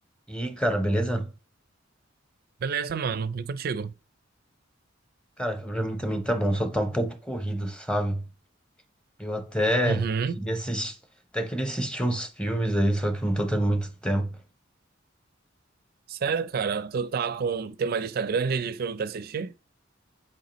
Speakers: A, in the centre; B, on the right.
A: E aí, cara, beleza?
B: Beleza, mano. E contigo?
A: Cara, pra mim também tá bom, só tá um pouco corrido, sabe? Eu até
B: Uhum.
A: queria assistir, até queria assistir uns filmes aí, só que eu não tô tendo muito tempo.
B: Sério, cara? Tu tá com... Tem uma lista grande de filme pra assistir?